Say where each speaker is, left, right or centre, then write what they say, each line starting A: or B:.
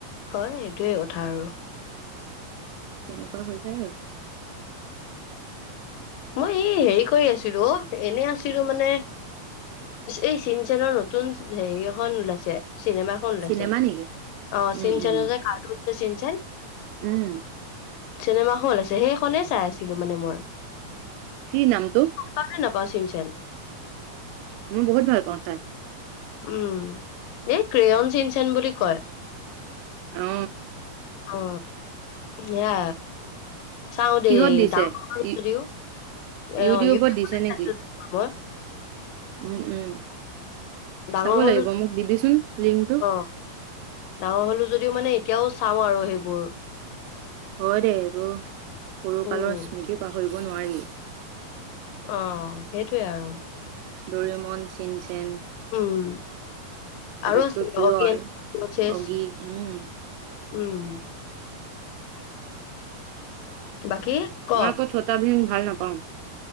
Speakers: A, on the left; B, on the right.
A: হয়, এইটোয়ে কথা আৰু।
B: তেনেকুৱা হৈ যায় আৰু।
A: মই এই হেৰি কৰি আছিলো অ, এনে আছিলো মানে। এই চিন- চেনৰ নতুন হেৰি এখন ওলাইছে, চিনেমা এখন ওলাইছে।
B: চিনেমা
A: অ,
B: নেকি উম
A: চিন
B: উম
A: চেনৰ যে কাৰ্টুন যে চিন চেন।
B: উম
A: চিনেমা এখন ওলাইছে, সেইখনেই চাই আছিলো মানে মই।
B: কি নামটো?
A: পাওঁ নে নাপাওঁ চিন চেন?
B: মই বহুত ভালপাওঁ চায়।
A: উম, এই ক্ৰেয়ন চিনচেন বুলি কয়।
B: অ
A: অ, হেয়া। চাওঁ
B: কিহত
A: দেও,
B: দিছে
A: ডাঙৰ হ'লো
B: ইউ-
A: যদিও, অ',
B: ইউটিউবত
A: ইউটিউবতে
B: দিছে নেকি
A: চাইছোঁ যেনিবা মই।
B: উম উম,
A: ডাঙৰ
B: চাব
A: হলো
B: লাগিব, মোক দিবিচোন লিংকটো।
A: অ ডাঙৰ হ'লো যদিও মানে এতিয়াও চাওঁ আৰু সেইবোৰ।
B: হয় দে উম, সৰুকালৰ
A: উম
B: স্মৃতি পাহৰিব নোৱাৰি।
A: অ', সেইটোৱেই আৰু।
B: ডৰেমন, চিন চেন
A: উম,
B: আটাইতকৈ
A: আৰু আছিলে,
B: প্ৰিয়
A: অগি
B: আৰু
A: এণ্ড কক্ৰচেছ
B: অগি উম
A: উম। বাকী? ক
B: মই আকৌ ছ'তা ভীম ভাল নাপাওঁ।